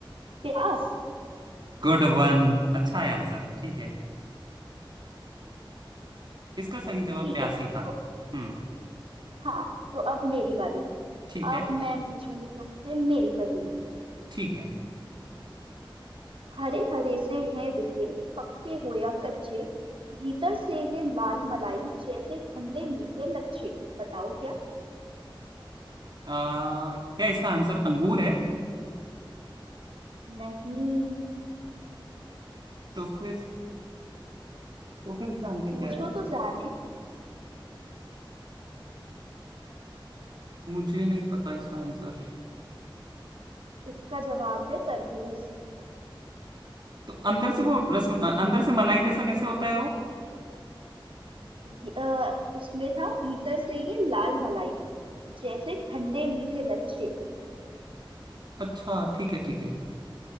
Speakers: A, on the right; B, on the right.
A: प्यास
B: गुड वन अच्छा है आंसर ठीक है इसका सही जवाब
A: ठीक
B: प्यासी
A: है
B: था
A: तो
B: हम्म
A: हाँ तो अब मेरी बारी
B: ठीक है
A: अब मैं पूछूंगी तुमसे मेरी पहेली
B: ठीक है
A: हरे हरे से हैं दिखे पक्के हो या कच्चे भीतर से ये लाल मलाई जैसे ठंडे मीठे लच्छे बताओ क्या
B: आ, क्या इसका आंसर अंगूर है
A: नहीं
B: तो फिर तो फिर इसका आंसर
A: पूछो
B: क्या है
A: तो जाने
B: मुझे नहीं पता इसका आंसर
A: इसका जवाब है तरबूज
B: तो अंदर से वो रस अंदर से मलाई जैसा कैसे होता है वो
A: ये, अ, उसमें था भीतर से ये लाल मलाई जैसे ठंडे मीठे लच्छे
B: अच्छा ठीक है ठीक है